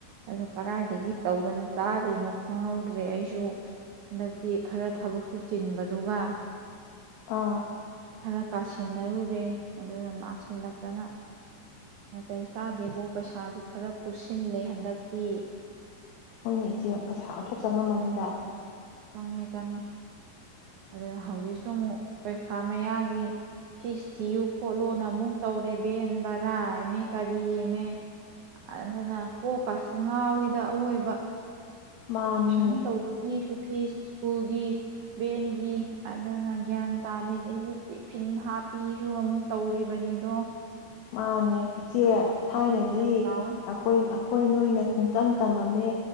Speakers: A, on the right (about 75°); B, on the left (about 70°).
A: ꯑꯗꯨ ꯀꯗꯥꯏꯗꯒꯤ ꯇꯧꯗꯅ ꯆꯥꯔꯤꯅꯣ ꯈꯪꯍꯧꯗ꯭ꯔꯦ ꯑꯩꯁꯨ ꯍꯟꯗꯛꯇꯤ ꯈꯔ ꯊꯕꯛꯁꯨ ꯆꯤꯟꯕꯗꯨꯒ
B: ꯑꯥ
A: ꯈꯔ ꯀꯥꯁꯦꯟꯅꯔꯨꯔꯦ ꯑꯗꯨꯅ ꯅꯥꯁꯤꯜꯂꯛꯇꯅ ꯅꯥꯇꯩ ꯆꯥꯗꯦꯕꯣ ꯄꯩꯁꯥꯁꯨ ꯈꯔ ꯄꯨꯁꯤꯜꯂꯦ ꯍꯟꯗꯛꯇꯤ
B: ꯃꯣꯏꯅꯦ ꯏꯆꯦ ꯄꯩꯁꯥ ꯑꯣꯟꯊꯣꯛꯆꯉꯝꯃꯅꯤꯗ
A: ꯆꯥꯡꯉꯦ ꯆꯥꯡꯉꯦ ꯑꯗꯨꯅ ꯍꯧꯖꯤꯛꯁꯨ ꯑꯃꯨꯛ ꯄꯔꯤꯈꯥ ꯃꯌꯥꯒꯤ ꯐꯤꯁ ꯊꯤꯌꯨ ꯈꯣꯠꯂꯨꯅ ꯑꯃꯨꯛ ꯇꯧꯔꯦ ꯚꯦꯟ ꯕꯔꯥ ꯍꯥꯏꯃꯦ ꯀꯔꯤ ꯑꯃꯃꯦ ꯑꯗꯨꯅ ꯀꯣꯛ ꯀꯥꯆꯤꯡꯒꯥꯎꯒꯤꯗ ꯑꯋꯣꯏꯕ
B: ꯃꯥꯅꯤꯅꯦ
A: ꯁꯟ ꯇꯧꯕꯒꯤꯁꯨ ꯐꯤꯁ ꯁ꯭ꯀꯨꯜꯒꯤ ꯚꯦꯟꯒꯤ ꯑꯗꯨꯅ ꯒ꯭ꯌꯥꯟ ꯇꯥꯗꯦꯗꯩꯗꯤ ꯇꯤꯐꯤꯟ ꯍꯥꯞꯄꯤꯁꯨ ꯑꯃꯨꯛ ꯇꯧꯔꯤꯕꯅꯤꯗꯣ
B: ꯃꯥꯅꯦ ꯏꯆꯦ ꯊꯥꯏꯅꯗꯤ
A: ꯀꯣꯛꯁꯦ ꯌꯥꯝ ꯆꯥꯎꯔꯦ
B: ꯑꯩꯈꯣꯏ ꯑꯩꯈꯣꯏ ꯅꯣꯏꯅ ꯄꯨꯡꯇꯝ ꯇꯝꯃꯝꯃꯦ